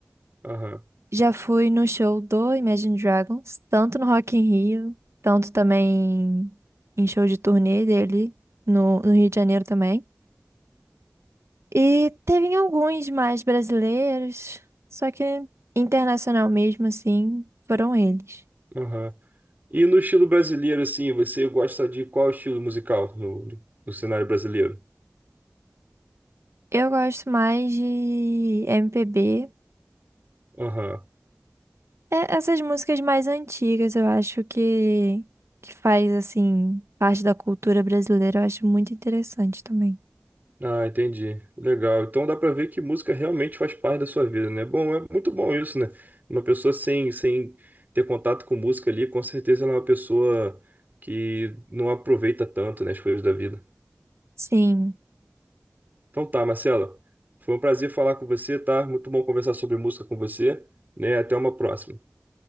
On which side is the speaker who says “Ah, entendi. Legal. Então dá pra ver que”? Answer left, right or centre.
Right